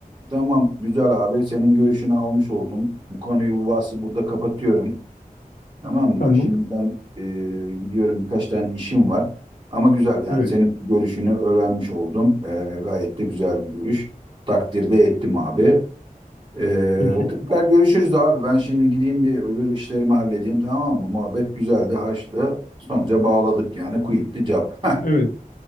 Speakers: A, on the right; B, on the left.
A: tamam güzel abi senin görüşünü almış oldum. Bu konuyu bu bahsi burada kapatıyorum. Tamam mı?
B: Tamam.
A: Şimdi ben e, gidiyorum birkaç tane işim var. Ama güzel yani
B: Evet.
A: senin görüşünü öğrenmiş oldum. E, gayet de güzel bir görüş. Takdirde ettim abi. E,
B: Teşekkür.
A: tekrar görüşürüz abi. Ben şimdi gideyim bir öbür işlerimi halledeyim tamam mı? Muhabbet güzeldi, haçtı. Sonuca bağladık yani. Quit the job. <laughs>
B: Evet.